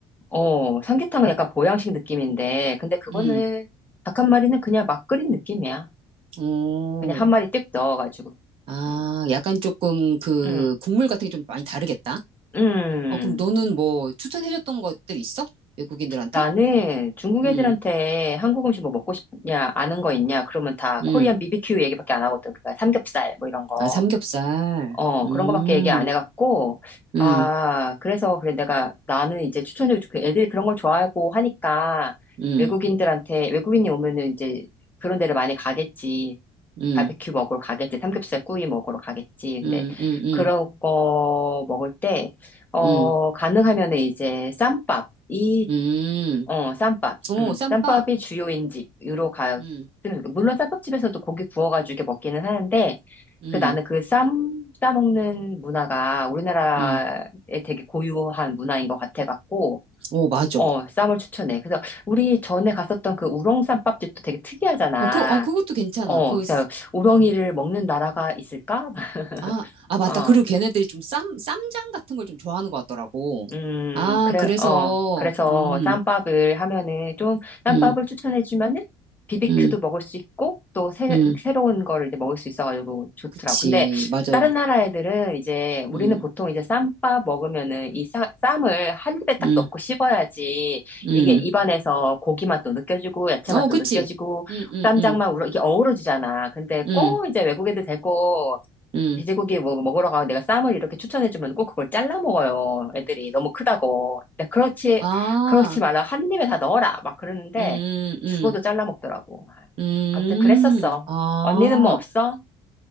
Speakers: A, on the left; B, on the right.
A: 어, 삼계탕은 약간 보양식 느낌인데, 근데 그거는
B: 음,
A: 닭 한 마리는 그냥 막 끓인 느낌이야.
B: 오,
A: 그냥 한 마리 띡 넣어가지고.
B: 아,
A: 응,
B: 약간 조금 그
A: 응,
B: 국물 같은 게 좀 많이 다르겠다.
A: 응.
B: 어, 그럼 너는 뭐 추천해줬던 것들 있어? 외국인들한테?
A: 나는 중국
B: 음,
A: 애들한테 한국 음식 뭐 먹고 싶냐, 아는 거 있냐, 그러면 다
B: 음,
A: 코리안 BBQ 얘기밖에 안 하거든. 그니까 삼겹살 뭐 이런 거.
B: 아, 삼겹살.
A: 어,
B: 음,
A: 그런 거밖에 얘기 안 해갖고,
B: 음,
A: 아, 그래서, 그래, 내가, 나는 이제 추천해주고, 싶- 그 애들이 그런 걸 좋아하고 하니까,
B: 음,
A: 외국인들한테, 외국인이 오면은 이제 그런 데를 많이 가겠지.
B: 음,
A: 바베큐 먹으러 가겠지. 삼겹살 구이 먹으러 가겠지. 근데,
B: 음, 음, 음,
A: 그런 거 먹을 때, 어,
B: 음,
A: 가능하면은 이제 쌈밥. 이
B: 음,
A: 어, 쌈밥.
B: 오,
A: 음,
B: 쌈밥.
A: 쌈밥이 주요인 집으로 가,
B: 음,
A: 물론 쌈밥집에서도 고기 구워가지고 이렇게 먹기는 하는데,
B: 음,
A: 그 나는 그 쌈, 싸먹는 문화가 우리나라에
B: 음,
A: 되게 고유한 문화인 것 같아갖고,
B: 오, 맞아.
A: 어,
B: 어,
A: 쌈을 추천해. 그래서 우리 전에 갔었던 그 우렁 쌈밥집도 되게 특이하잖아.
B: 그, 어, 그것도 괜찮아.
A: 어,
B: 그,
A: 그래서 우렁이를 먹는 나라가 있을까? <laughs>
B: 아, 아, 맞다.
A: 어.
B: 그리고 걔네들이 좀 쌈, 쌈장 같은 걸 좀 좋아하는 것 같더라고.
A: 음,
B: 아,
A: 그래,
B: 그래서,
A: 어, 그래서
B: 음,
A: 쌈밥을 하면은 좀, 쌈밥을
B: 음,
A: 추천해주면은 비비큐도
B: 음,
A: 먹을 수 있고, 또 새,
B: 음.
A: 새로운 거를 이제 먹을 수 있어가지고 좋더라고.
B: 그치.
A: 근데
B: 맞아.
A: 다른 나라 애들은 이제, 우리는
B: 음,
A: 보통 이제 쌈밥 먹으면은 이 쌈, 쌈을 한 입에 딱
B: 음,
A: 넣고 씹어야지,
B: 음.
A: 이게 입안에서 고기 맛도 느껴지고, 야채 맛도
B: 어, 그치.
A: 느껴지고,
B: 음, 음,
A: 쌈장만
B: 음,
A: 우러, 이게 어우러지잖아. 근데
B: 음,
A: 꼭 이제 외국 애들 데리고,
B: 음.
A: 돼지고기 뭐 먹으러 가고 내가 쌈을 이렇게 추천해주면 꼭 그걸 잘라 먹어요. 애들이 너무 크다고. 근데 그렇지,
B: 아,
A: 그렇지 말라. 한 입에 다 넣어라. 막 그러는데
B: 음, 음,
A: 죽어도 잘라 먹더라고. 아,
B: 음. 음,
A: 아무튼 그랬었어.
B: 아,
A: 언니는 뭐 없어?